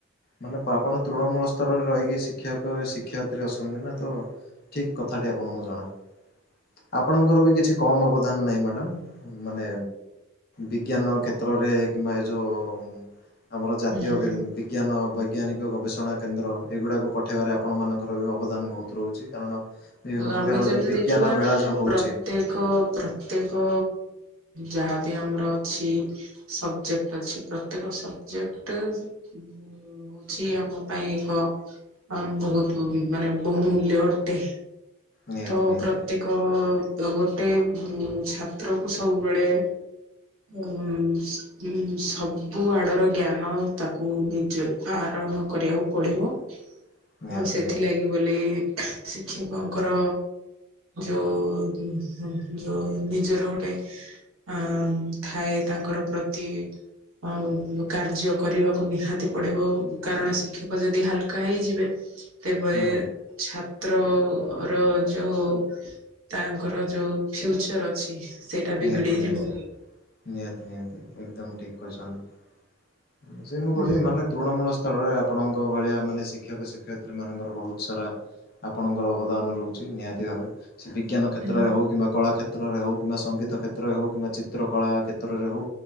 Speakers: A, on the left (about 45°); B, on the right (about 85°).
A: ମାନେ ପାପଣ ତୃଣମୂଳ ସ୍ତରରେ ରହିିକି ଶି ଶିକ୍ଷକ ଶିକ୍ଷୟିତ୍ରୀ ଅଛନ୍ତି ନା ତ ଠିକ୍ କଥାଟି ଆପଣଙ୍କୁ ଜଣା। ଆପଣଙ୍କର ବି କିଛି କମ୍ ଅବଦାନ ନାହିଁ ମ୍ୟାଡମ ମାନେ‌ ବିଜ୍ଞାନ କ୍ଷେତ୍ରରେ କିମ୍ବା ଯୋଉ ଯୋଉ ଆମର ଜାତୀୟ
B: ହୁଁ
A: ବି ବିଜ୍ଞାନ ବୈଜ୍ଞାନିକ ଗବେଷଣା କେନ୍ଦ୍ର ଏଗୁଡ଼ାକୁ ପଠାଇବାରେ ଆପଣମାନଙ୍କର ବି ଅବଦାନ ବହୁତ ରହୁଛି। କାରଣ ବିଭିନ୍ନ ପ୍ରକାରର
B: ଆମେ ଯଦି
A: ଯୋଉ ବିଜ୍ଞାନ
B: ଦେଖିବା
A: ମେଳା ଯୋଉ ହଉଛି
B: ପ୍ରତ୍ୟେକ ପ୍ର ପ୍ରତ୍ୟେକ ଯାହାବି ଆମର ଅଛି ସବଜେକ୍ଟ ଅଛି ପ୍ରତ୍ୟେକ ସବଜେକ୍ଟ୍ ହଉଛି ଆମ ପାଇଁ ଏକ ବହୁତ ମାନେ ବହୁମୂଲ୍ୟ ଅ ଟେ।
A: ନିହାତି
B: ତ
A: ନିହାତି
B: ପ୍ରତ୍ୟେକ ଗୋଟେ ଉ ଛାତ୍ର କୁ ସବୁବେଳେ ଉଁ ଉଁ ସବୁ ଆଡର ଜ୍ଞାନ ତାକୁ ନିଜେ ଆହାରୋହଣ କରିବାକୁ ପଡିବ।
A: <inaudible>
B: ଆଉ ସେଥିଲାଗି
A: ନିହାତି
B: ବୋଲି ଶିକ୍ଷକଙ୍କର ଯୋଉ ଯୋଉ ନିଜର ଗୋଟେ ଆଁ ଥାଏ ତାଙ୍କର ପ୍ରତି ଆଉ କାର୍ଯ୍ୟ କରିବାକୁ ନିହାତି ପଡିବ କାରଣ ଶିକ୍ଷକ ଯଦି ହାଲକା ହେଇଯିବେ। ତେବେ
A: ହୁଁ
B: ଛାତ୍ର ମୋର ଯୋଉ ତାଙ୍କର ଯୋଉ ଫ୍ୟୁଚର ଅଛି। ସେଇଟା
A: ନିହାତି
B: ବିଗିଡି
A: ନିହାତି
B: ଯିବ।
A: ନିହାତି ନିହାତି ଏକଦମ ଠିକ୍ କହିଛନ୍ତି ସେନୁ
B: ହୁଁ
A: କରି ମାନେ ତୃଣମୂଳ ସ୍ତରରେ ଆପଣଙ୍କ ଭଳିଆ ମାନେ ଶିକ୍ଷକ ଶିକ୍ଷୟତ୍ରୀ ମାନଙ୍କର ବହୁତ ସାରା ଆପଣଙ୍କର ଅବଦାନ ରହୁଛି ନିହାତି ଭାବେ ସେ ବିଜ୍ଞାନ କ୍ଷେତ୍ରରେ
B: ହୁଁ
A: ହେଉ କିମ୍ବା କଳା କ୍ଷେତ୍ରରେ ହେଉ କିମ୍ବା ସଙ୍ଗୀ ଗିତ କ୍ଷେତ୍ରରେ ହଉ କିମ୍ବା ଚିତ୍ର କଳା କ୍ଷେତ୍ରରେ ହଉ